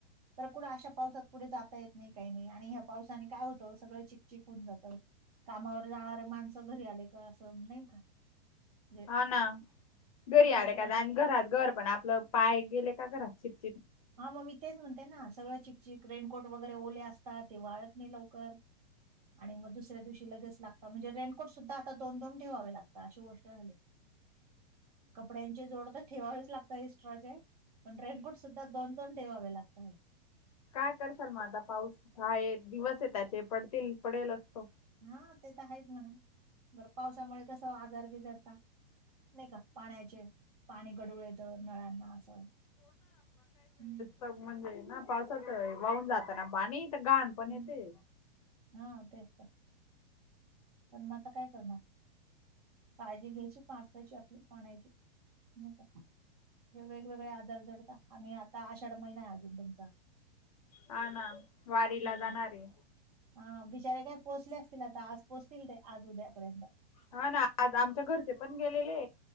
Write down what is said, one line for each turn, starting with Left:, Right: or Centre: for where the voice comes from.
Right: तर कुडं अशा पावसात कुठे जाता येत नाही, काही नाही, आणि ह्या पावसाने काय होतं, सगळं चिक चीकून जात, कामावर जाणारे माणसं घरी आले का असं नाही का म्हणजे
Left: हा ना, घरी
Right: सगळंच
Left: आले का
Right: रेंट
Left: आणि घरात घर पण आपलं, पाय गेले का घरात चिक
Right: हा, मग मी तेच म्हणते ना, सगळं चिकचिक रेनकोट वगैरे ओले असतात, ते वाळत नाही लवकर. आणि मग दुसऱ्या दिवशी लगेच लागता, म्हणजे रेनकोट सुद्धा आता दोन दोन ठेवावे लागतात, अशी गोष्ट झालीये. कपड्यांचे जोड तर ठेवावेच लागत एस्ट्राचे, पण रेनकोट सुद्धा दोन दोन ठेवावे लागताय.
Left: काय करशाल मग आता, पाऊस हा दिवस आहे त्याचे, पडतील पडेलच तो
Right: हा, ते तर आहेच म्हणा, बर पावसामुळे कस आजार बिजार ता नाही का, पाण्याचे, पाणी गडूळ येत नळांना असं, हम्.
Left: पण म्हणजे ना पावसात वाहून जाताना पाणी, तर गाण पण
Right: हम्म.
Left: येते.
Right: हा तेच तर. पण मग आता काय करणार, काळजी घ्यायची पावसाची आपली पाण्यायची नाही का, हे वेगवेगळे आजार जडता, आणि आता आषाढ महिना अजून तुमचा.
Left: हा ना, वारीला
Right: हम्म.
Left: जाणारे.
Right: हा, बिचारे काय पोचले असतील आता, आज पोहोचतील ते आज उद्यापर्यंत.
Left: हा ना, आज आमच्या घरचे पण गेलेले,